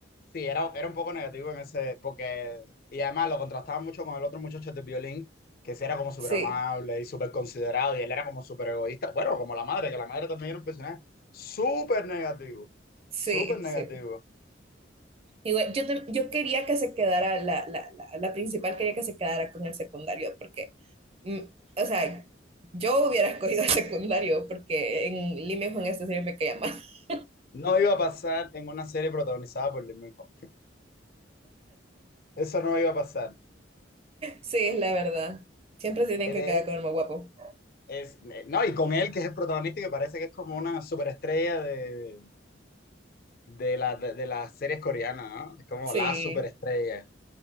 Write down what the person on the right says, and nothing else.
sí.
Sí,
sí. Igual, yo, tam- yo quería que se quedara, la, la, la, la principal quería que se quedara con el secundario, porque, mm, o sea, yo hubiera <laughs> escogido el secundario, porque en Lima y Juan este siempre me caía mal. <laughs>
Sí, es la verdad. Siempre se tienen
que quedar
con el más guapo.
Sí,